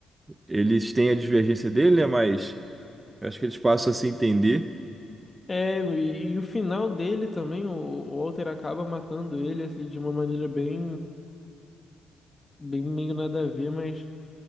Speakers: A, on the right; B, on the left.
A: Eles têm a divergência dele, né? Mas. Eu acho que eles passam a se entender.
B: é e, e o final dele também, o, o Walter acaba matando ele assim, de uma maneira bem, bem meio nada a ver, mas